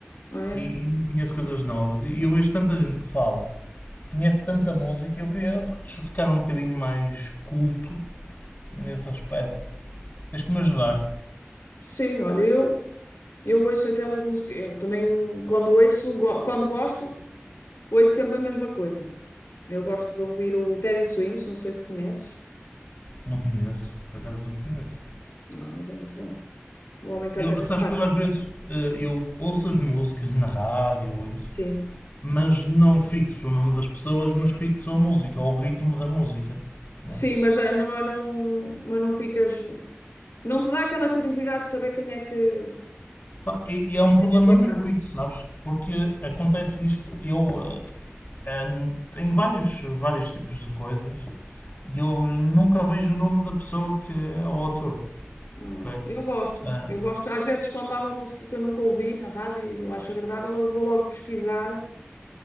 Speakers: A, on the left (about 70°); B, on the left (about 40°).
A: não É.
B: e, e conheço coisas novas. E eu vejo tanta gente que fala, conhece tanta música e eu queria pronto, ficar um bocadinho mais culto nesse aspecto. Tens que me ajudar.
A: Sim, olha, eu, eu ouço aquelas músicas. Eu também, quando ouço, go- quando gosto, ouço sempre a mesma coisa. Eu gosto de ouvir o Teddy Swims, não sei se conheces.
B: Não conheço, por acaso não conheço.
A: Ah, mas é muito bom. O homem que
B: Eu,
A: ataca
B: sabes
A: se parte.
B: que eu às vezes eh, eu ouço as músicas na rádio ou isso,
A: Sim.
B: mas não fixo o nome das pessoas, mas fixo a música ou o ritmo da música. não é?
A: Sim, mas eh, não, mas não, mas não ficas. Não te dá aquela curiosidade de saber quem é que,
B: Pá, e, e é um problema
A: quem é que a
B: meu
A: canta.
B: isso, sabes? Porque acontece isto, eu eh, eh, em vários, vários tipos de coisas, eu nunca vejo o nome da pessoa que é o autor.
A: Ah,
B: ok?
A: eu gosto,
B: Ah,
A: eu gosto. Às vezes, quando há uma música que eu nunca ouvi na rádio e eu acho agradável, eu vou logo pesquisar